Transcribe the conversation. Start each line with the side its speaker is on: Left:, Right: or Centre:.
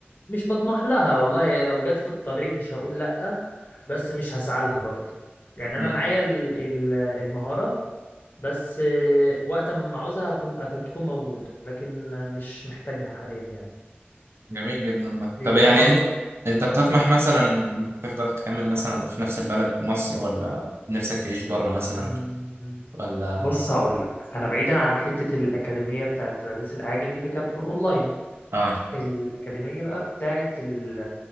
Left: مش بطمح لها والله يعني لو جت في الطريق مش هقول لأ بس مش هسعى لها برضه يعني أنا
Right: امم
Left: معايا ال- ال- المهارة بس وقت ما أعوزها هكون هتكون موجودة لكن مش محتاجها حاليا يعني
Right: جميل جدا
Left: لأن
Right: طب يعني
Left: أنا برضه
Right: انت انت
Left: أه
Right: بتطمح
Left: قول
Right: مثلا تفضل تكمل مثلا في نفس البلد مصر ولا نفسك تعيش بره مثلا
Left: مم.
Right: ولا
Left: بص هقول لك انا بعيدا عن حته الاكاديميه بتاعه تدريس الاعاجم دي كده كده بتكون اونلاين
Right: اه
Left: الاكاديميه بقى بتاعه ال